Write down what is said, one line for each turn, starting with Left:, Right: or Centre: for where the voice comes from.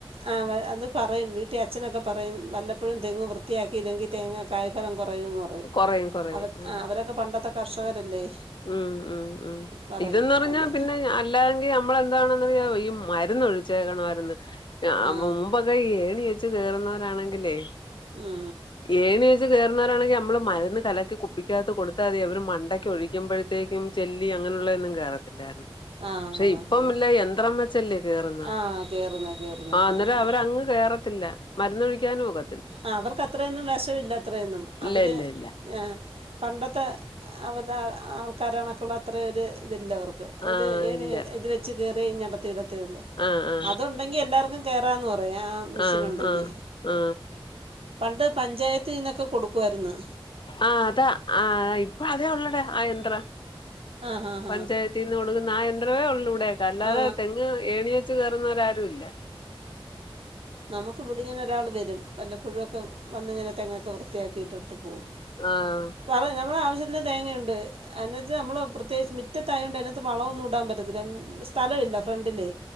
Right: ആഹ് അത് പറയും വീട്ടിൽ അച്ഛനൊക്കെ പറയും വല്ലപ്പോഴും തെങ്ങ് വൃത്തിയാക്കില്ലെങ്കിൽ തേങ്ങ കായ് ഫലം കുറയുമെന്ന് പറയും
Left: കൊറയും കൊറയും
Right: അവർ
Left: ഉം
Right: അവരൊക്കെ പണ്ടത്തെ കർഷകരല്ലേ
Left: ഉം ഉം ഉം
Right: പറയും
Left: ഇതെന്ന് പറഞ്ഞാ
Right: അല്ലേ
Left: പിന്നെ അല്ലാതെങ്കി നമ്മളി താണന്നറിയാവോ ഈ മരുന്ന് ഒഴിച്ചേക്കണമായിരുന്നു
Right: ആ
Left: മുപ് ഏണി വെച്ച് കേറുന്നവരാണെങ്കിലേ
Right: ഉം
Left: ഏണി വെച്ച് കയറുന്നവരാണെങ്കിൽ നമ്മള് മരുന്ന് കലക്കി കുപ്പിക്കകത്തു കൊടുത്താമതി അവര് മണ്ടക്കഴി പഴത്തേക്കും ചെല്ലി അങ്ങനെയുള്ളതൊന്നും കേറത്തില്ലായിരുന്നു
Right: ആ
Left: പക്ഷെ ഇപ്പം
Right: ആ ആ
Left: ഇല്ല യന്ത്രം വ ചെല്ലി കേറുന്ന
Right: ആ കയറുന്നത് കയറുന്നത്
Left: ആഹ് അന്നേരം
Right: ആ ഹാ
Left: അവരങ്ങ് കേറത്തില്ല മരുന്നൊഴിക്കാനും ഒക്ക
Right: ആഹ് അവർക്ക് അത്രയൊന്നും വശമില്ല അത്രയൊന്നും
Left: ഇല്ല
Right: അവര്
Left: ഇല്ല ഇല്ല
Right: ആഹ് പണ്ടത്തെ അവർടെ ആൾക്കാരണക്കുള്ള അത്ര ഒരു ഇതില്ലവർക്ക്
Left: ആ
Right: ഒരു ഏണി
Left: ഇല്ല
Right: ഇത് വെച്ച് കയറി അടത്തി ഇടത്തേ ഉള്ളൂ
Left: ആ ആ
Right: അതുണ്ടെങ്കി എല്ലാർക്കും കേറാന്ന് പറയാ ആഹ് മെഷീൻ
Left: ആ ആ ആ
Right: ഉണ്ടെങ്കി
Left: ആ ആ
Right: പണ്ട് പഞ്ചായത്തിനൊക്കെ കൊടുക്കുവായിരുന്നു
Left: ആഹ് അതാ ആഹ് ഇപ്പ അതെ ഉള്ളടെ ആഹ് യന്ത്ര
Right: ആ ഹാ ഹാ
Left: പഞ്ചായത്ത് <unintelligible> ആഹ് യന്ത്രമേ ഉള്ളൂവിടെ അല്ലാതെ
Right: ആ
Left: തെങ്ങ് ഏണീ വെച്ച് കേയറുന്നവരാരൂല്ല
Right: നമുക്ക് ഇവിടിങ്ങനെ ഒരാൾ വരും വല്ല പുഴുവൊക്കെ വന്നിങ്ങനെ തെങ്ങൊക്കെ വൃത്തിയാക്കിയിട്ടിട്ട് പോവും
Left: ആഹ്
Right: പറ നമ്മളെ ആവശ്യത്തിന് തേങ്ങയുണ്ട് അതിനത്ത് നമ്മൾ പ്രത്യേകിച്ച് മുറ്റത്തായ കൊണ്ട് അതിനകത്ത് വളമൊന്നും ഇടാൻ പറ്റത്തില്ല സ്ഥലമില്ല ഫ്രണ്ടില്